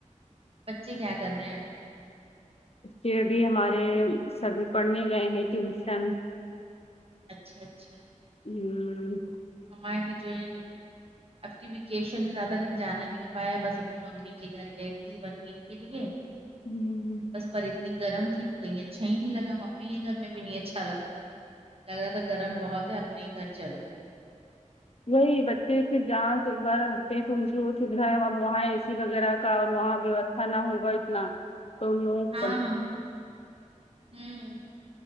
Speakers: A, on the right; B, on the left.
A: بچے کیا کر رہے ہیں?
B: یہ ابھی ہمارے سبھی پڑھنے گئے ہیں ٹیوشن-
A: اچھا -اچھا
B: ہوں
A: ہمارے بھی جو ہے اپ کی ایپلیکیشن میں زیادہ لیکن جانا نہیں پایا بس اپنی امی کے گھر گئی تھی ٹھیک ہے اپ کی
B: ہوں
A: بس پری اتنی گرم تھی تو کہیں اچھا ہی نہیں لگا ممی کے گھر میں بھی نہیں اچھا لگا- لگ رہا تھا گرم بہت ہے اپنے گھر چلو-
B: وہی بچے پھر جہاں سے ایک بار ہٹتے ہیں تو ان کے وغیرہ کا اور وہاں بھی انا ہوگا اتنا تم لوگ
A: ہاں ہوں